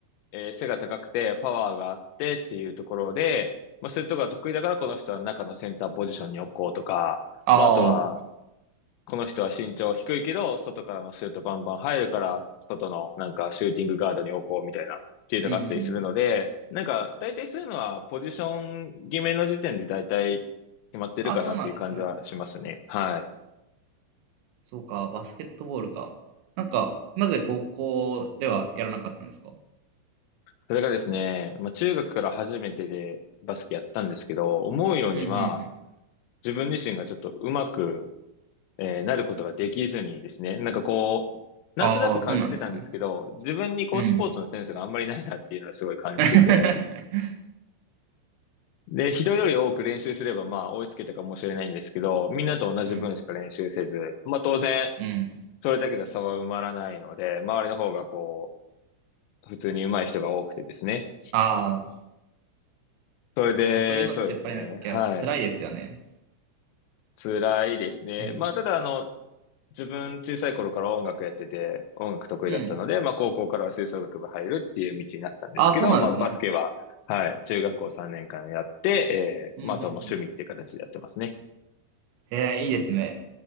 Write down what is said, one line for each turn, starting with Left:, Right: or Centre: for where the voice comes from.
Left: えー背が高くてパワーがあってっていうところで、まあ、そういうところが得意だからこの人は中のセンターポジションに置こうとか、
Right: ああ、
Left: まあ、あとは
Right: うん
Left: この人は身長低いけど、外からのシュートバンバン入るから、外のなんかシューティングガードに置こうみたいなっていうのがあったりするので、
Right: うんうん。
Left: なんか大体そういうのはポジション決めの時点で大体決まってるかなっていう感じはしますね。
Right: あ、そうなんですね。
Left: はい。
Right: そうか、バスケットボールか。なんか、なぜ高校ではやらなかったんですか
Left: それがですね、まあ、中学から初めてでバスケやったんですけど、思うようには
Right: うんうんうん。
Left: 自分自身がちょっとうまくえーなることができずにですね、なんかこう、なんとなく感じてたんですけど、
Right: ああ、そうなんですね。
Left: 自分にこうスポーツのセンスがあんまりないなっていうのはすごい感じてて、
Right: うん。<laughs>
Left: で、人より多く練習すればまあ追いつけたかもしれないんですけど、みんなと同じ分しか練習せず、
Right: うん。
Left: まあ当然、
Right: うん。
Left: それだけが差は埋まらないので、周りの方がこう、普通に上手い人が多くてですね。
Right: ああ、
Left: それで、
Right: いやそういうのってやっぱりなんか辛いですよね。
Left: そうですね。はい。辛いですね。
Right: うん。
Left: まあ、ただ、あの、自分小さい頃から音楽やってて、音楽得意だったので、
Right: うん。
Left: まあ高校からは吹奏楽部入るっていう道になったんですけど、
Right: ああ、そうなんですね。
Left: まあバスケは、はい、中学校3年間やって、えー、
Right: うんうんうん。
Left: まああとはもう趣味っていう形でやってますね。
Right: へえ、いいですね。